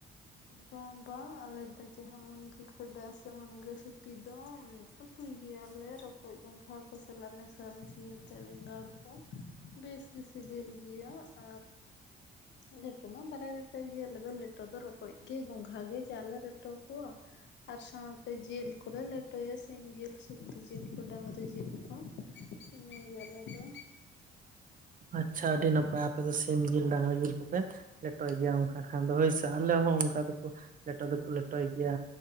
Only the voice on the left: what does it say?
ᱵᱟᱝ ᱵᱟᱝ ᱟᱞᱮ ᱫᱚ ᱡᱟᱦᱟᱸ ᱢᱩᱱᱜᱟᱹ ᱠᱷᱰᱟ ᱥᱮ ᱢᱩᱱᱜᱟᱹ ᱥᱛᱤ ᱫᱚ ᱩᱛᱩᱭ ᱜᱮᱭᱟᱞᱮ ᱨᱚᱠᱚᱡ ᱜᱚᱸᱜᱷᱟ ᱠᱚ ᱥᱟᱞᱟᱜ ᱢᱮᱥᱟ ᱢᱮᱥᱤᱭᱟᱛᱮ ᱵᱮᱸᱜᱟᱲ ᱠᱚ ᱵᱮᱥᱜᱮ ᱥᱤᱵᱤᱞ ᱜᱮᱭᱟ ᱟᱨ ᱞᱮᱴᱚ ᱢᱟ ᱵᱟᱞᱮ ᱞᱮᱴᱚ ᱜᱤᱭᱟ. ᱟᱞᱮ ᱫᱚ ᱞᱮᱴᱚ ᱫᱚ ᱨᱚᱠ ᱠᱚᱡ ᱜᱮ ᱜᱚᱝᱜᱷᱟ ᱜᱮ ᱡᱟᱞᱮ ᱞᱮᱴᱚ ᱠᱚᱣᱟ ᱟᱨ ᱥᱟᱶᱛᱮ ᱡᱤᱞ ᱠᱚᱞᱮ ᱞᱮᱴᱚᱭᱟ ᱥᱤᱢ ᱡᱤᱞ ᱥᱩᱠᱨᱤ ᱡᱤᱞ ᱠᱚ ᱰᱟᱝᱨᱤ ᱡᱤᱞ ᱠᱚ ᱤᱱᱟ. ᱜᱮ ᱟᱞᱮ ᱫᱚ